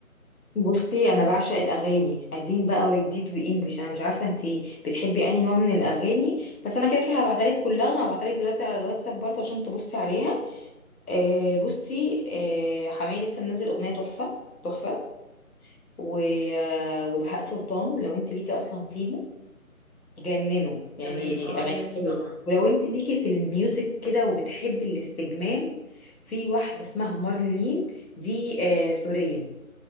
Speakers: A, on the left (about 80°); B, on the left (about 50°).
A: بصي انا بعشق الاغاني قديم بقى وجديد وانجليش انا مش عارفه انت بتحبي انهي نوع من الاغاني بس انا كده كده هبعتها لك كلها هبعتها لك دلوقتي على الواتساب برضه عشان تبصي عليها آه بصي آه حماقي لسه منزل اغنيه تحفه تحفه و- آه، وبهاء سلطان لو انت ليكي اصلا فيهم جننوا يعني
B: تمام اه
A: اغاني
B: ليا فيه
A: حلوه
B: طبعا
A: ولو انت ليكي في الميوزك كده وبتحبي الاستجمام في واحده اسمها مارلين دي آه سوريه